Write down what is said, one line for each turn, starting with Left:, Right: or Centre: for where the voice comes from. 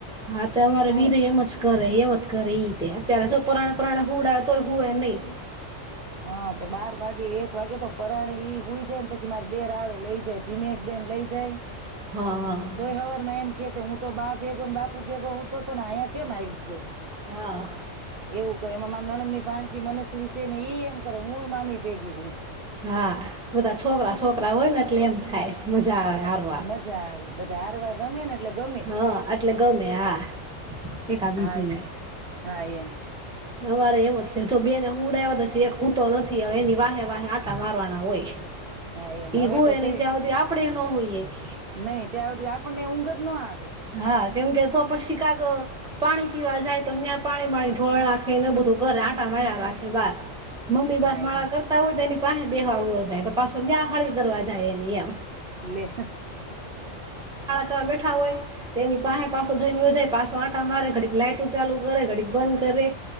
Centre: હા તો અમારે
Right: તોય
Centre: વીર એમ જ કરે એમ જ કરે ઈ અત્યારે જો પરાણે પરાણે હુડાય તોય હુંયે નહી.
Right: હા તે બાર વાગે એક વાગે તો પરાણે ઈ હોય જાય ને પછી મારે દેર આવે લઈ જાય ધીમે એક દેને લઈ જાય.
Centre: હા હા
Right: તોય હવાર મે એમ હું તો બા ભેગો ને બાપુ ભેગો હું તો ને અહીયા કેમ આવી ગયો.
Centre: હા.
Right: એવું કરે મા નણંદ ની ભણકી મનસ વિશે ને ઈ એમ કરે હું મામી ભેગી હુઈશ
Centre: હા બધા છોકરા છોકરા હોય ને એટલે એમ થાય. મજા આવે
Right: હા મજા આવે બધા હાર વાર રમે એટલે ગમે
Centre: હા એટલે ગમે હા એક આ બીજી
Right: હા
Centre: ને.
Right: હા એમ
Centre: અમારે એવોજ છે જો બેને હુવડાવો તો ચેક હુંતો નથી હ એની વાહે વાહે આટા મારવાના હોય.
Right: હા એમ
Centre: એઈ
Right: હવે
Centre: હું
Right: તો
Centre: એની
Right: જઈ
Centre: ત્યાં હુંધી આપડે હુએ.
Right: નહી ત્યાં સુધી આપણને ઊંધ જ ન આવે
Centre: હા કેમ કે તો પસી કાક પાણી પીવા જાય તો ન્યાં પાણી બાણી ઢોળ નાખે ને એવુ બધું કરે. આટા માયરા રાખે બાર. મમ્મી બારમાળા
Right: હા એમ
Centre: કરતા હોય તો એની પાસે બેહવા ગયો જાય તો પાછો ન્યાહાળી કરવા જાય એ નિ એમ.
Right: લે.
Centre: તો બેઠાવ હોય. તેની પાસે પાછો જઈનેયો જાય પાછો આંટા મારે ઘડીક લાાઈટુ ચાલુ કરે ઘડીક બંધ કરે.